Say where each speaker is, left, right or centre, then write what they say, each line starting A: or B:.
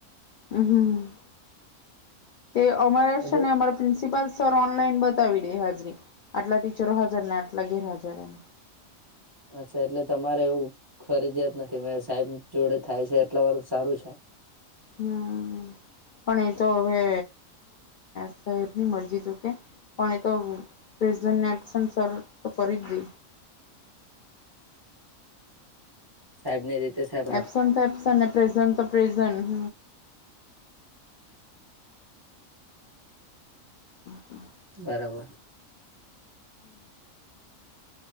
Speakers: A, on the left; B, on the right.
A: હમ્મ હમ્મ તે અમારા
B: બધું
A: શેને અમારા પ્રિન્સિપલ સર ઓનલાઈન બતાવી દે હાજરી, આટલા ટીચરો હાજર ને આટલા ગેરહાજર એમ
B: અચ્છા એટલે તમારે એવું. ફરજયાત નથી મે સાહેબ જોડે થાય છે એટલા વાર સારું છે.
A: હમ
B: હમ્મ
A: પણ એ તો હવે સાહેબની મરજી તો કે પણ એ તો પ્રેસેન ને એબ્સેન્ટ સર તો કરીજ દે.
B: સાહેબ ની રીતે સા
A: એબસેન્ટ તો એસેન્ટ પ્રેઝન્ટ તો પ્રેઝન્ટ હમમ
B: બરાબર
A: હમ